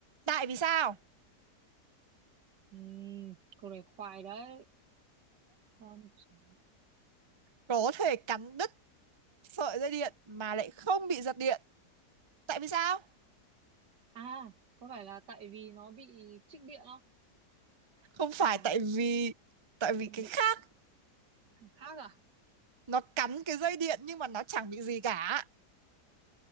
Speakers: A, on the right; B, on the right.
A: Tại vì sao?
B: ừ, câu này khoai đấy con chó
A: Có thể cắn đứt sợi dây điện mà lại không bị giật điện. Tại vì sao?
B: à có phải là tại vì nó bị trích điện không
A: Không phải
B: à
A: tại vì tại vì cái
B: bị
A: khác
B: khác à
A: nó cắn cái dây điện nhưng mà nó chẳng bị gì cả.